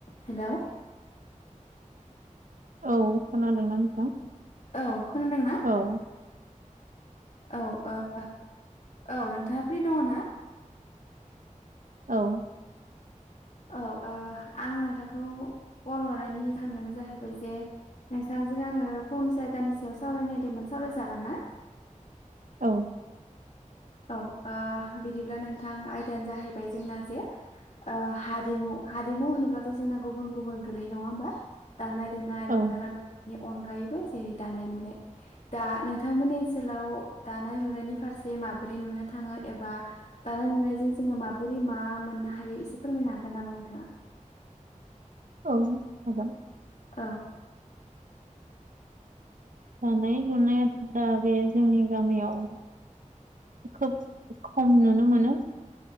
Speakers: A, on the left (about 60°); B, on the right (about 85°).
A: हेल'
B: औ खोनादोंना नोंथां
A: औ खोनादोंना
B: औ
A: औ औ नोंथाङा फ्रि दङ ना?
B: औ
A: औ आं नोंथांखौ कल हरनायनि जाहोनानो जाहैबाय जे नोंथांजों आङो फंनैसो आयदानि सायाव सावरायनो नागिरदोंमोन सावरायजागोन ना?
B: औ
A: औ बिदिब्ला नोंथां आयदायानो जाहैबाय जोंना जे हारिमु हारिमु होनोब्लाथ' जोंना गुबुन गुबुन गोलैयो नङा होमबा दामनाय देनाय
B: औ
A: रंजानाय बेनि अनगायैबो जेरै दानाय लुनाय दा नोंथांमोननि ओनसोलाव दानाय लुनायनि फारसे माबा माबोरै नुनो थाङो एबा दानाय लुनायजों जोङो माबोरै मा मोननो हायो एसे फोरमायनो हागोन नामा? दा
B: औ हागोन
A: औ
B: दानाय लुनाया दा बे जोंनि गामियाव खोब खम नुनो मोनो।